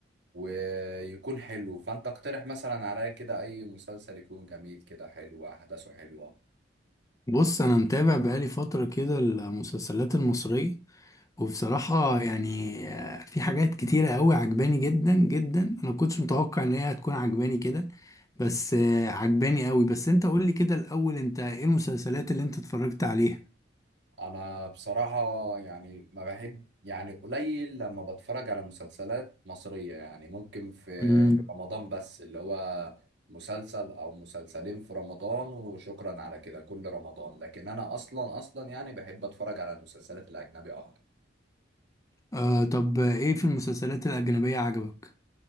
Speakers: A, on the right (about 60°); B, on the left (about 15°).
A: ويكون حلو فانت اقترح مثلا عليا كده اي مسلسل يكون جميل كده حلو احداثه حلوه
B: بص انا متابع بقالي فتره كده المسلسلات المصريه وبصراحه يعني آه، في حاجات كتيره قوي عجباني جدا جدا انا ما كنتش متوقع ان هي هتكون عجباني كده بس آه، عجباني قوي بس انت قول لي كده الاول انت ايه المسلسلات اللي انت اتفرجت عليها
A: انا بصراحة يعني ما بحب يعني قليل لما بتفرج على مسلسلات مصرية يعني ممكن في
B: امم
A: رمضان بس اللي هو مسلسل او مسلسلين في رمضان وشكرا على كده كل رمضان لكن انا اصلا اصلا يعني بحب اتفرج على المسلسلات الاجنبية اكتر
B: آه طب آه، ايه في المسلسلات الاجنبيه عجبك